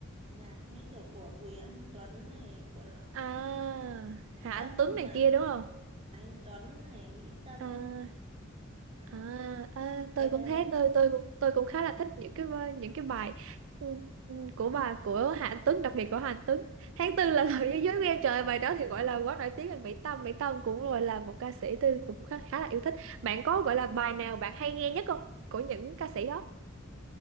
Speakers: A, on the right; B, on the right.
A: nhạc như kiểu của Bùi Anh Tuấn này, của
B: À, Hà Anh
A: Tâm
B: Tuấn này
A: mà,
B: kia đúng không?
A: anh Tuấn này, Mỹ Tâm,
B: À
A: à,
B: À, à, tôi
A: đây đây
B: cũng thế
A: đây.
B: tôi tôi cũng tôi cũng khá là thích những cái những cái bài ừ, ừ, của bà của Hạnh Tuấn đặc biệt của Hạnh Tuấn tháng tư là <laughs> lời thế giới của em trời ơi, bài đó thì gọi là quá nổi tiếng rồi Mỹ Tâm Mỹ Tâm cũng gọi là một ca sĩ tôi cũng khá, khá là yêu thích bạn có gọi là bài nào bạn hay nghe nhất không của những ca sĩ đó